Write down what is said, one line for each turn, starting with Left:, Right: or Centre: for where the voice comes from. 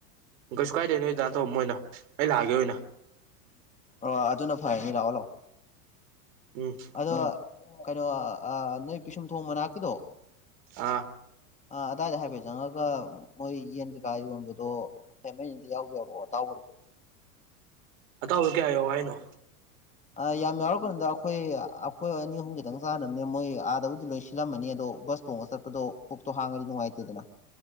Right: ꯀꯩꯁꯨ ꯀꯥꯏꯗꯦ ꯅꯣꯏꯗꯥꯟ ꯇꯧꯔꯃꯣꯏꯅ ꯑꯩ ꯂꯥꯛꯑꯒꯦ ꯑꯣꯏꯅ
Left: ꯑ ꯑꯗꯨꯅ ꯐꯔꯅꯤ ꯂꯥꯛꯑꯣ ꯂꯥꯛꯑꯣ
Right: ꯎꯝ
Left: ꯑꯗꯣ ꯀꯩꯅꯣ ꯑꯥ ꯅꯣꯏ ꯄꯤꯁꯨꯝ ꯊꯣꯡ ꯃꯅꯥꯛꯀꯤꯗꯣ
Right: ꯑꯥ
Left: ꯑ ꯑꯗꯥꯏꯗ ꯍꯥꯏꯐꯦꯠ ꯆꯪꯉꯒ ꯃꯣꯏ ꯌꯦꯟ ꯀꯩꯀꯥ ꯌꯣꯟꯕꯗꯣ ꯄꯀꯦꯠ ꯑꯃꯅꯤꯗ ꯌꯥꯎꯒꯦ ꯌꯥꯎꯔꯛꯑꯣ ꯑꯇꯥꯎꯕꯗꯣ <inaudible>
Right: ꯑꯇꯥꯎꯕꯗꯣ ꯀꯌꯥ ꯌꯥꯎ ꯍꯥꯏꯅꯣ
Left: ꯑ ꯌꯥꯝ ꯌꯥꯎꯔꯛꯀꯅꯨꯗ ꯑꯈꯣꯏ ꯑꯈꯣꯏ ꯑꯅꯤ ꯑꯍꯨꯝ ꯈꯤꯇꯪ ꯆꯥꯅꯝꯅꯦ ꯃꯣꯏ ꯑꯥꯗꯕꯨꯗꯤ ꯂꯣꯏ ꯁꯤꯜꯂꯝꯃꯅꯤ ꯑꯗꯣ ꯕꯁ ꯇꯣꯡꯉ ꯆꯠꯄꯗꯣ ꯄꯨꯛꯇꯣ ꯍꯥꯡꯉꯗꯤ ꯅꯨꯡꯉꯥꯏꯇꯦꯗꯅ